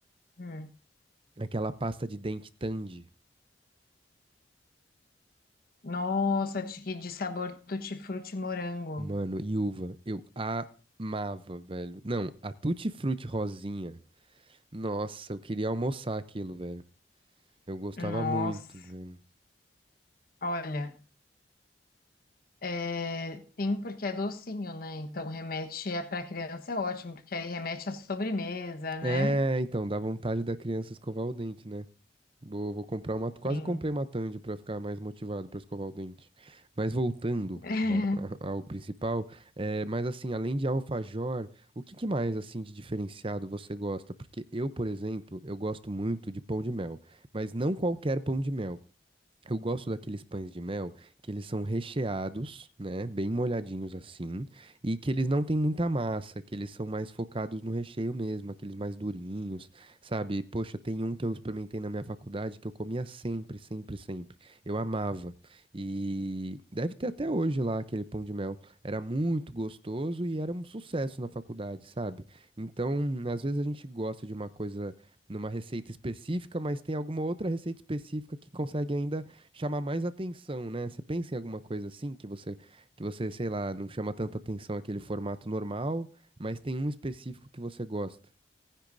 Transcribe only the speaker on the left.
Hum.
Nossa, de, de sabor tutti-frutti morango.
Nossa,
olha. É, sim, porque é docinho, né? Então remete a, pra criança é ótimo, porque aí remete à sobremesa, né?
Sim.
<laughs>